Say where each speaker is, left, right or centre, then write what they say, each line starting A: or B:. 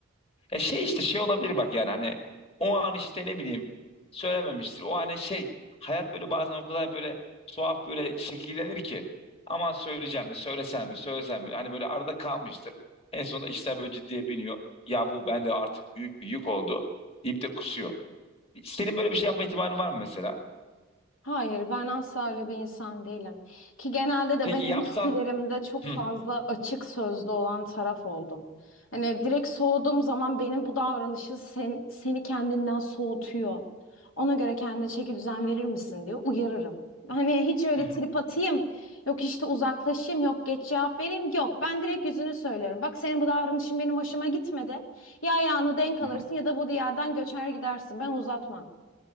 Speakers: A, on the left; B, on the left.
A: Ya şey işte şey olabilir bak yani hani o an işte ne bileyim söylememiştir. O hani şey hayat böyle bazen o kadar böyle tuhaf böyle şekillenir ki aman söyleyeceğim mi söylesem mi söylesem mi hani böyle arada kalmıştır. En sonunda işler böyle ciddiye biniyor. Ya bu bende artık büyük bir yük oldu deyip de kusuyor. Senin böyle bir şey yapma ihtimalin var mı mesela?
B: Hayır, ben asla öyle bir insan değilim. Ki genelde de
A: Peki
B: ben
A: yapsan
B: ilişkilerimde çok
A: Hı,
B: fazla açık sözlü olan taraf oldum. Hani direkt soğuduğum zaman benim bu davranışı sen, seni kendinden soğutuyor. Ona göre kendine çeki düzen verir misin diye uyarırım. Hani hiç öyle
A: hı, hı,
B: trip atayım, yok işte uzaklaşayım, yok geç cevap vereyim, yok. Ben direkt yüzünü söylüyorum. Bak senin bu davranışın benim hoşuma gitmedi. Ya ayağını denk alırsın
A: hı.
B: ya da bu diyardan göçer gidersin. Ben uzatmam.